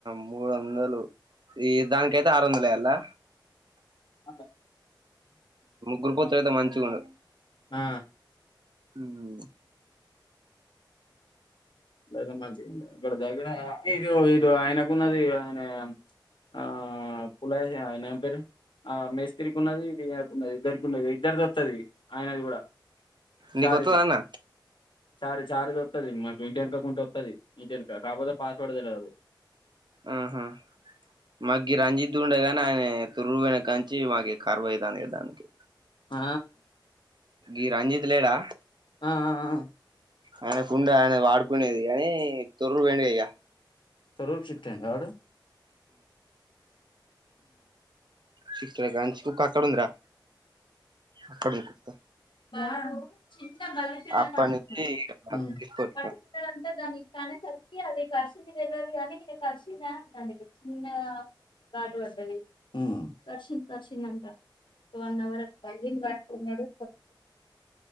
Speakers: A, on the right (about 65°); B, on the left (about 70°).
A: మూడు వందలు, ఈ దానికైతే ఆరు వందలేయలా.
B: అదే
A: గురు <unintelligible> తే మంచిగుండు.
B: ఆ
A: ఉమ్
B: లేదా మంచిగుండది. ఇక్కడ దగ్గర ఇది <unintelligible> ఆయనకున్నది ఆయనే ఆ పులజీ ఆయనెం ఇద్దరీ ఆ మేస్త్రికున్నది, ఇది ఈయనకు ఉన్నది. ఇద్దరికి ఉన్నది, ఇద్దరిదత్తది. ఆయనది గుడా,
A: నీకొత్తదా
B: చారీది
A: అన్న
B: చారీ, చారీది అత్తది మాకు ఇంటెనీ <unintelligible> అత్తది ఇంటెనుక, కాక్పోతే పాస్వర్డ్ తెల్వదు.
A: మ్ హూ మాకు రంజిత్ ఉండేగానీ ఆయన తొర్రు చీ మాకి కర్మ అయితాంది అయితాంది.
B: ఆ
A: ఈ రంజిత్ లేడా
B: ఆ
A: ఆయన కుండె ఆయన వాడుకునేది కాగానీ తొర్రు పోయిండు ఇక
B: తరూర్ షిఫ్ట్ అయిండా వాడు.
A: చిత్ర కంచెకు కట్టడుంది రా అక్కడినుంచా
B: బాబు చిన్న బల్లిపిల్లని
A: అప్పటి
B: పట్టుకున్నది
A: నుంచి తీసుకోవట్లే
B: పట్టుకున్నదంటే దానికి అది కరిచిందా అంటాది కరిచే ఉంటది. గాట్ పడ్డది కరిచింది కరిచింది అంట వన్ అవర్ బల్లిని పట్టుకున్నాడు